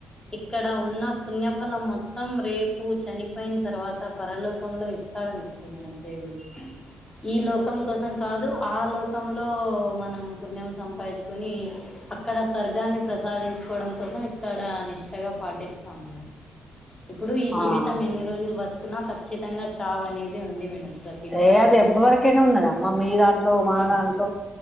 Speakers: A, on the left (about 20°); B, in the centre.
A: ఇక్కడ ఉన్న పుణ్య ఓ కల మొత్తం రేపు చనిపోయిన తర్వాత పరలోకంలో ఇస్తాడన్నట్టు మేడం దేవుడు ఈ లోకం కోసం కాదు ఆ లోకంలో మనం పుణ్యం సంపాదించుకొని అక్కడ స్వర్గాన్ని ప్రసాదించుకోవడం కోసం ఇక్కడ నిష్టగా పాటిస్తాం మేడం ఇప్పుడు ఈ
B: ఆ
A: జీవితం ఎన్ని రోజులు బ్రతుకున్నా ఖచ్చితంగా చావ్ అనేది ఉంది మేడం ప్రతి మనిషికి
B: ఏ అది ఎవవరకైనా ఉన్నదమ్మా మీ దాంట్లో మా
A: ఆ,
B: దాంట్లో